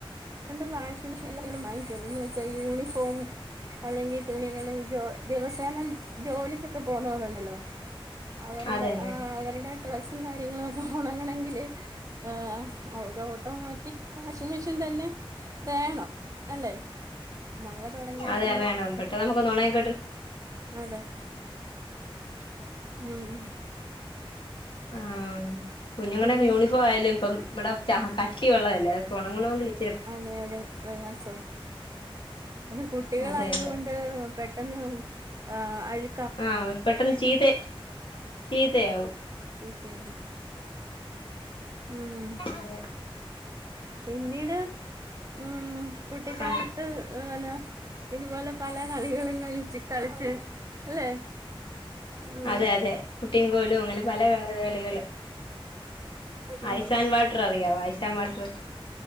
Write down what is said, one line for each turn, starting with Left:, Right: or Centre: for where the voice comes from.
Right: കൊണ്ട് വാഷിംഗ് മെഷീനിലും യി ചെല ദിവസായി യൂണിഫോം അല്ലെങ്കിൽ തുണികള് ജോ ദിവസേന ജോലിക്കൊക്കെ പോവുന്നവർ ഉണ്ടല്ലോ അതല്ല
Left: അതന്നെ
Right: ആ അവരുടെ ഡ്രെസ്സും കാര്യങ്ങളും ഒക്കെ ഒണങ്ങണമെങ്കിൽ ആഹ് ഓട്ടോമാറ്റിക് വാഷിംഗ മെഷീൻ തന്നെ വേണം അല്ലെ മഴ തുടങ്ങിയാ
Left: അതെ
Right: പിന്നെ
Left: വേണം പെട്ടെന്ന് നമുക്കൊന്ന് ഒണങ്ങി
Right: അതെ
Left: ഉം
Right: ഉം ഉം
Left: ആം കുഞ്ഞുങ്ങളുടെ
Right: പിന്നെ
Left: ഒക്കെ യൂണിഫോം ആയാലും ഇപ്പം വടെ ച കട്ടി ഉള്ളതല്ലേ അക്കെ ഓണങ്ങണോങ്കില്
Right: അതെ അതെ പ്രയാസവ അത് കുട്ടികളായത്
Left: അതെ അതെ
Right: കൊണ്ട് പെട്ടെന്ന് ആ അഴ്
Left: ആ പെട്ടെന്ന് ചീത്ത ചീത്തയാവും
Right: ചീത്തയാവും ഉം
Left: അതെ
Right: പിന്നീട് ഉം കുട്ടിക്കാലത്ത്
Left: ആ
Right: ല ഇതുപോലെ പല കളികളും കളിച്ച് കളിച്ചെ അല്ലെ ഉം
Left: അതെ അതെ കുട്ടിം കോൽ ലും അങ്ങനെ പലകളികള്
Right: ഉം
Left: ഐസാന്റ് വാട്ടർ അറിയൊ ഐ ൻ വാട്ടറ്